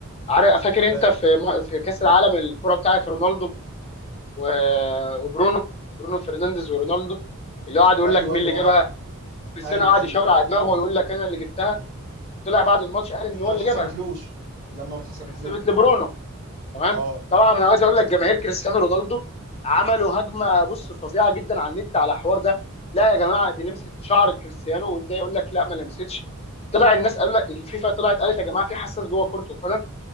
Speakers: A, on the left (about 30°); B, on the right (about 45°).
A: عارف فاكر
B: فاهم
A: انت في م- في كاس العالم الكره بتاعت رونالدو و- وبرونو برونو فرنانديز ورونالدو اللي هو قعد يقول
B: ايوه
A: لك مين
B: ايوه
A: اللي جابها
B: اه
A: كريستيانو
B: ايوه
A: قعد
B: ايوه
A: يشاور
B: اه
A: على دماغه ويقول
B: اه
A: لك انا اللي جبتها
B: أمم.
A: طلع بعد الماتش قال ان
B: لما
A: هو
B: ما
A: اللي
B: اتحسبتلوش
A: جابها
B: لما ما اتحسبتلوش
A: اتحسبت لبرونو تمام
B: اه
A: طبعا انا عايز اقول لك
B: أمم.
A: جماهير كريستيانو رونالدو عملوا هجمه بص فظيعه جدا على النت على الحوار ده لا يا جماعه دي لمست شعر كريستيانو وده يقول لك لا ما لمستش طلع الناس قال لك الفيفا طلعت قالت يا جماعه في حساس جوه كره القدم